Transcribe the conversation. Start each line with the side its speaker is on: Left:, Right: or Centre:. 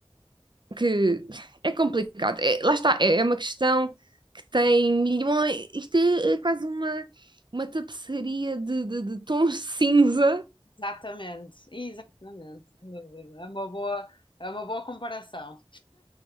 Right: que é complicado. É- lá está, é, é uma questão que tem milhões. Isto é, é quase uma, uma tapeçaria de, de, de tons cinza.
Left: Exatamente, exatamente, sem dúvida. É uma boa, é uma boa comparação.